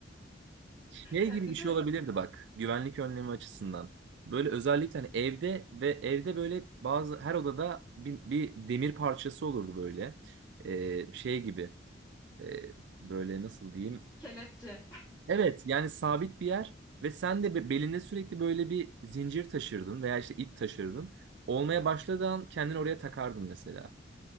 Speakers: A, on the right; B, in the centre.
A: Şey
B: Ya
A: gibi
B: Bir
A: bir şey
B: de
A: olabilirdi bak güvenlik önlemi açısından. Böyle özellikle hani evde ve evde böyle bazı her odada bir, bir demir parçası olurdu böyle. Ee, şey gibi Ee, böyle nasıl diyeyim
B: kelepçe.
A: Evet yani sabit bir yer ve sen de be- belinde sürekli böyle bir zincir taşırdın veya işte ip taşırdın. Olmaya başladığı an kendini oraya takardın mesela.